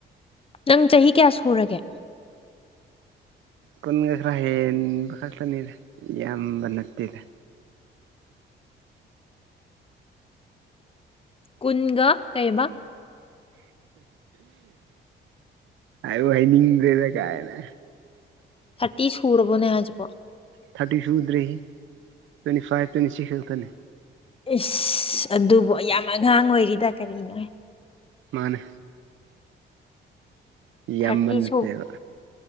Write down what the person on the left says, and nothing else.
ꯅꯪ ꯆꯍꯤ ꯀꯌꯥ ꯁꯨꯔꯒꯦ
ꯀꯨꯟꯒ ꯀꯩꯕ
ꯊꯥꯔꯇꯤ ꯁꯨꯔꯕꯣꯅꯦ ꯍꯥꯢꯁꯤꯕꯨ ꯄ <inaudible>
ꯏꯁ ꯑꯗꯨꯕꯨ ꯌꯥꯝ ꯑꯉꯥꯡ ꯑꯣꯏꯔꯤꯗ ꯀꯔꯤꯅꯣ ꯍꯦ
ꯊꯥꯔꯇꯤ
ꯁꯨ